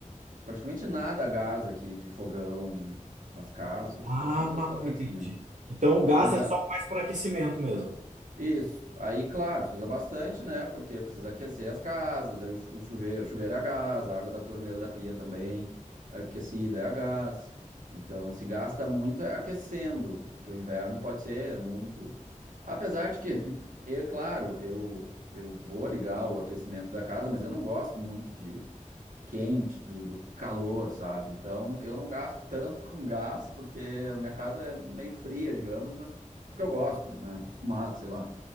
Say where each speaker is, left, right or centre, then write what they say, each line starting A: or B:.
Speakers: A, on the right; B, on the right.
A: Praticamente nada a gás aqui de fogão nas casas,
B: Ah,
A: e acho que nos restaurantes
B: entendi.
A: também.
B: Então o gás
A: O ga...
B: é só mais para aquecimento mesmo.
A: Isso. Aí, claro, se usa bastante, né? Porque precisa aquecer as casas, aí o chu- o chuveiro, chuveiro é a gás, a água da torneira da pia também aquecida é a gás. Então, se gasta muito é aquecendo, porque o inverno pode ser muito. Apesar de que, <laughs> é claro, eu, eu vou ligar o aquecimento da casa, mas eu não gosto muito de quente, do, do calor, sabe? Então eu não gasto tanto <laughs> com gás, porque a minha casa é meio fria, digamos, mas porque eu gosto, né? Acostumado, sei lá,